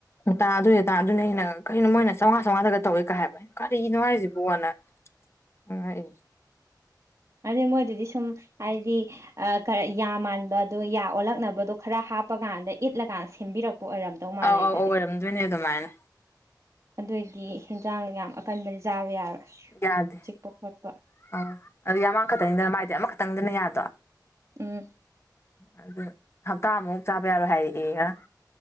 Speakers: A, on the left; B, on the right.
A: ꯇꯥ ꯑꯗꯨꯏ ꯇꯥ ꯑꯗꯨꯅꯦ ꯑꯩꯅ ꯀꯩꯅꯣ ꯃꯣꯏꯅ ꯆꯥꯝꯉꯥ ꯆꯝꯉꯥꯗꯒ ꯇꯧꯋꯦ ꯀꯥꯏ ꯍꯥꯏꯕ ꯑꯩꯅ ꯀꯔꯤꯅꯣ ꯍꯥꯏꯁꯤꯕꯣꯅ ꯉꯛꯏꯅꯦ
B: ꯑꯗꯩ ꯃꯣꯏꯗꯨꯗꯤ ꯁꯨꯝ ꯍꯥꯏꯗꯤ ꯑ ꯀꯔꯛꯏ ꯌꯥ ꯃꯥꯟꯕ ꯑꯗꯣ ꯌꯥ ꯑꯣꯜꯂꯛꯅꯕꯗꯣ ꯈꯔ ꯍꯥꯞꯄꯀꯥꯟꯗ ꯏꯠꯂꯀꯥꯟ ꯁꯦꯝꯕꯤꯔꯛ ꯄꯣ ꯑꯣꯏꯔꯝꯗꯧ ꯃꯥꯜꯂꯦ
A: ꯑꯧ ꯑꯧ
B: ꯑꯗꯨꯗꯤ
A: ꯑꯧ ꯑꯣꯏꯔꯝꯗꯣꯏꯅꯦ ꯑꯗꯨꯃꯥꯏꯅ
B: ꯑꯗꯣꯏꯗꯤ ꯍꯤꯟꯖꯥꯡ ꯌꯥꯝ ꯑꯀꯟꯕꯗꯤ ꯆꯥꯕ ꯌꯥꯔꯣꯏ
A: ꯌꯥꯗꯦ ꯑ
B: ꯆꯤꯛꯄ ꯈꯣꯠꯄ
A: ꯥꯥꯥꯥꯥꯥꯥ ꯑꯗꯣ ꯌꯃꯥꯡ ꯈꯛꯇꯪꯅꯤꯅ ꯃꯥꯏꯗꯤ ꯑꯃꯈꯛꯇꯪꯅꯤꯗꯅ ꯌꯥꯗꯣ
B: ꯎꯝ
A: ꯑꯗꯨ ꯍꯞꯇꯥꯃꯨꯛ ꯆꯥꯕ ꯌꯥꯔꯣꯏ ꯍꯥꯏꯔꯛꯑꯦꯌꯦ ꯉꯔꯥꯡ